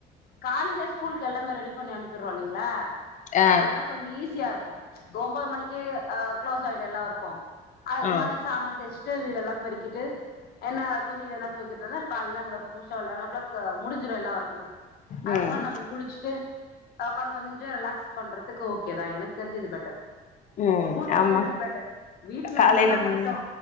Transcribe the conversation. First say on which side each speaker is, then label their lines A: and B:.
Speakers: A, on the left; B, on the left.
A: து காலையில ஸ்கூலு எல்லாமே ரெடி பண்ணி அனுப்பிர்ரோ இல்லிங்களா
B: ஆ
A: அதனால கொஞ்சோ ஈஸியா இருக்கோ ஒன்போது மணிக்கே அஹ் க்ளோஸ் ஆயிடு எல்லா வொர்க்கோ அதுக்கு
B: ஆ
A: மேல சாமான் தேச்சுட்டு வீடு எல்லாம் பெருக்கிட்டு என்ன துணி எதன தோய்க்கர்தானா கால்ல அந்த வொர்க்கு முஷ்டோ லெவன் ஓ கிளாக்கு முடிஞ்ரும் எல்லா வொருக்குமே
B: ம்
A: அதுக்கு முன்ன நம்ப குளிச்சுட்டு வொக்கான் கொஞ்சோ ரிலாக்ஸ் பண்றதுக்கு ஓகே தா எனக்கு தெரிஞ்சு இது பெட்டர்
B: உம்
A: ஸ்கூலுக்கு
B: ஆமா
A: போயிறது பெட்டர் வீட்ல
B: காலையில
A: இருந்தாதா
B: ம்
A: கஷ்டோ